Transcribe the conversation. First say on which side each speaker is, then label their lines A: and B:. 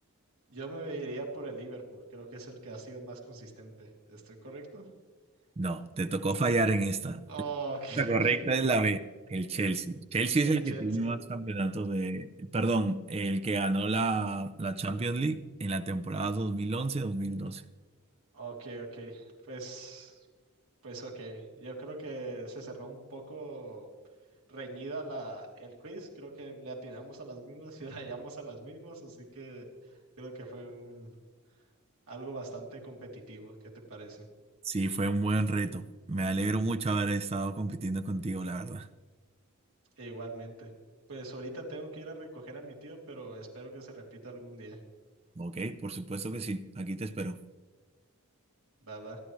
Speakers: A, on the right; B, on the right.
A: Yo me iría por el Liverpool, creo que es el que ha sido más consistente. ¿Estoy correcto?
B: No, te tocó fallar en esta.
A: Oh, ok, <laughs>
B: La correcta es
A: ok.
B: la B, el Chelsea. Chelsea
A: El
B: es el
A: Chelsea.
B: que tiene más campeonatos de... Perdón, el que ganó la, la Champions League en la temporada 2011-2012.
A: Ok, ok. Pues, pues ok. Yo creo que se cerró un poco reñida la, el quiz. Creo que le atinamos a las mismas y <laughs> hallamos a las mismas. Así que creo que fue un, algo bastante competitivo. ¿Qué te parece?
B: Sí, fue un buen reto. Me alegro mucho haber estado compitiendo contigo, la verdad.
A: E igualmente. Pues ahorita tengo que ir a recoger a mi tío, pero espero que se repita algún día.
B: Ok, por supuesto que sí. Aquí te espero.
A: Va, va.